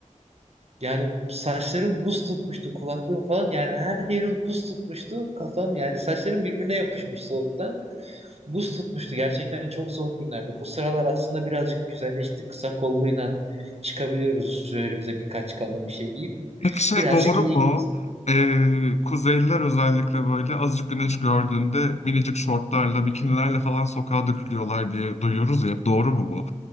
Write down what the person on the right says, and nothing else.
Yani saçlarım buz tutmuştu, kulaklığım falan yani her yerim buz tutmuştu. Kafam yani saçlarım birbirine yapışmış soğuktan. Buz tutmuştu. Gerçekten çok soğuk günlerdi. Bu sıralar aslında birazcık güzelleşti. Kısa kolluyla çıkabiliyoruz üzerimize birkaç kalın bir şey giyip.
Birazcık
iyi
gibi.